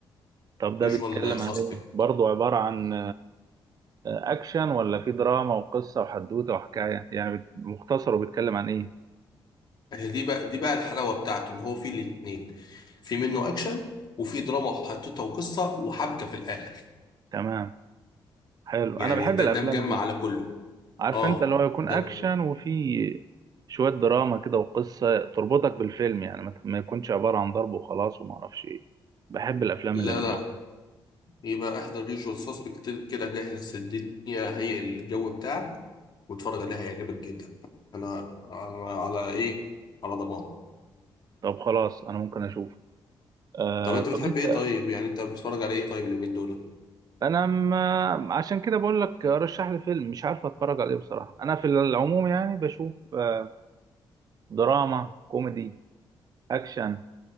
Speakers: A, on the right; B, on the left.
A: طب ده
B: يوجوال
A: بيتكلم
B: ساسبكت
A: عن ايه برضه عبارة عن اكشن ولا في دراما وقصه وحدوته وحكايه يعني بت- مختصر وبيتكلم عن ايه
B: دي بقى دي بقى الحلاوه بتاعته ان هو فيه الاثنين في منه اكشن وفي دراما وحطتها وقصه وحبكه في الاخر
A: تمام حلو
B: يعني
A: انا بحب
B: ده
A: الافلام
B: ده مجمع
A: دي
B: على كله
A: عارف
B: اه
A: انت اللي هو يكون
B: ده
A: اكشن وفي شويه دراما كده وقصه تربطك بالفيلم يعني ما ت- ما يكونش عباره عن ضرب وخلاص وما اعرفش ايه بحب الافلام
B: لا
A: اللي من النوع
B: لا
A: ده
B: يبقى احضر يوجوال سسبكت كده جهز الدنيا هيئ الجو بتاعك واتفرج عليها هيعجبك جدا انا على, على ايه على ضمان
A: طب خلاص انا ممكن اشوف آه
B: طب انت
A: طب
B: بتحب
A: انت
B: ايه طيب يعني انت بتتفرج على ايه طيب اليومين دول
A: انا ما عشان كده بقول لك رشح لي فيلم مش عارف اتفرج عليه بصراحه انا في العموم يعني بشوف آه دراما كوميدي اكشن